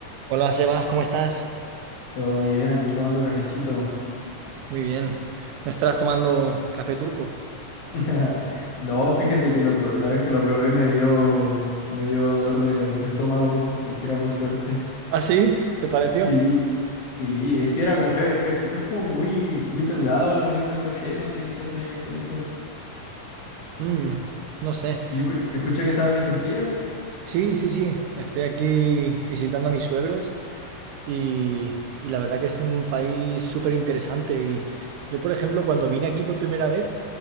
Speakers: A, on the right; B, on the left.
A: Hola Sebas, ¿cómo estás?
B: Todo bien, aquí tomando cafecito.
A: Muy bien. ¿No estarás tomando café turco?
B: <laughs> No, fíjate que lo pro- la vez que lo probé me dio, me dio dolor de, de estómago porque era muy fuerte.
A: ¿Ah, sí? ¿Te pareció?
B: Sí, sí, es que era como, eh, es, co- es como muy, muy delgado la molienda del café, no sé, quizás tiene que ver con eso.
A: Mm, no sé.
B: Yo escu- escuché que estaba ahí en Turquía.
A: Sí, sí, sí. Estoy aquí visitando a mis suegros y, y la verdad que es un país súper interesante. Y yo, por ejemplo, cuando vine aquí por primera vez,